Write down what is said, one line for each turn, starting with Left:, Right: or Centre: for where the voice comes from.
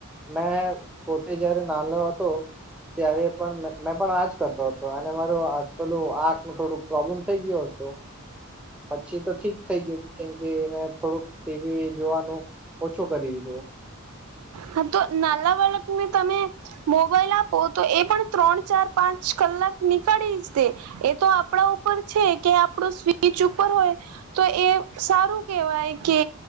Centre: મેં પોતે જયારે નાનો હતો. - ત્યારે પણ મેં પણ આજ કરતો હતો અને માર પેલું આંખ ન થોડુંક પ્રોબ્લેમ થઈ ગયો હતો. - પછી તો ઠીક થઈ ગયું કેમ કે મેં થોડુંક ટીવી જોવાનું ચો કરી દીધો. -
Right: હા તો નાલા વાલા ક તમે મોબાઈલ આપો તો એ પણ ત્રણ ચાર પાંચ કલાક નીકળી જ દે એ તો આપણા ઉપર છે કે આપણો સ્વીચ ઉપર હોય તો એ સારું કેહેવાય કે